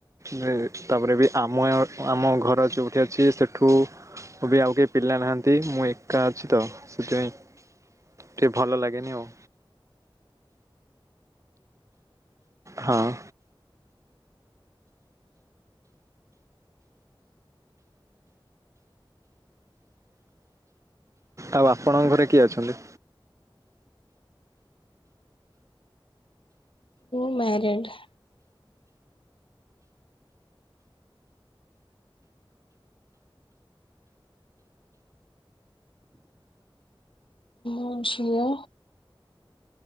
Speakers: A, on the right (about 35°); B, on the left (about 70°).
A: ମେ ତାପରେ ବି ଆମ ଆମ ଘର ଯେଉଠି ଅଛି। ସେଠୁ ହେଟି ଆଉ କେହି ପିଲା ନାହାନ୍ତି। ମୁଁ ଏକା ଅଛି ତ ସେଥିପାଇଁ। ଏଠି ଭଲ ଲାଗେନି ଆଉ। ହଁ। ଆଉ ଆପଣଙ୍କ ଘରେ କିଏ ଅଛନ୍ତି?
B: ମ୍ୟାରଡ଼। ମୋ ଝିଅ।